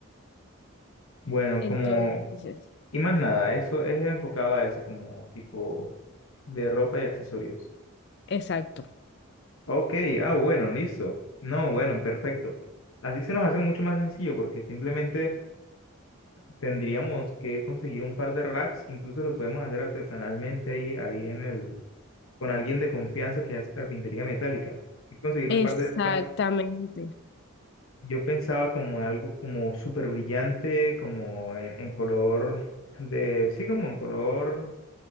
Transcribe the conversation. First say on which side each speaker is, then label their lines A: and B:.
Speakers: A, on the left (about 70°); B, on the left (about 50°).
A: Bueno,
B: Entonces,
A: como, y más nada, eso es enfocado a eso, como tipo de ropa y accesorios.
B: exacto.
A: Ok, ah, bueno, listo. No, bueno, perfecto. Así se nos hace mucho más sencillo porque simplemente tendríamos que conseguir un par de racks, incluso los podemos hacer artesanalmente ahí, ahí en el, con alguien de confianza que hace carpintería metálica. Es conseguir
B: Exactamente.
A: un par de racks. Yo pensaba como en algo como súper brillante, como en, en color de, sí, como en color